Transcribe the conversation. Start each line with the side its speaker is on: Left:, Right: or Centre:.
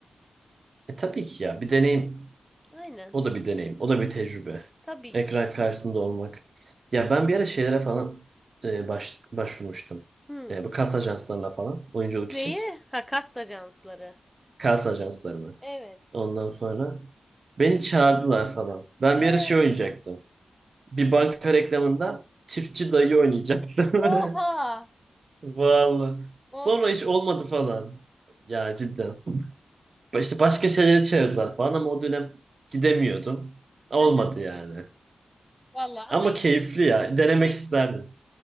Right: E tabii ki ya. Bir deneyim.
Centre: Aynen.
Right: O da bir deneyim. O da bir tecrübe.
Centre: Tabii
Right: Ekran
Centre: ki.
Right: karşısında olmak. Ya ben bir ara şeylere falan e, baş, başvurmuştum.
Centre: Hı.
Right: E, bu kas ajanslarına falan. Oyunculuk
Centre: Neyi?
Right: için.
Centre: Ha kast ajansları.
Right: Kas ajanslarına.
Centre: Evet.
Right: Ondan sonra beni çağırdılar falan. Ben
Centre: Ee,
Right: bir ara şey oynayacaktım. Bir banka reklamında çiftçi dayı oynayacaktı. <laughs>
Centre: oha.
Right: Vallahi.
Centre: Oha.
Right: Sonra iş olmadı falan. Ya cidden. İşte başka şeylere çevirdiler falan ama o dönem gidemiyordum. Olmadı
Centre: <laughs>
Right: yani.
Centre: Vallahi ama
Right: Ama
Centre: ilginç.
Right: keyifli ya. Denemek
Centre: Keyifli.
Right: isterdim.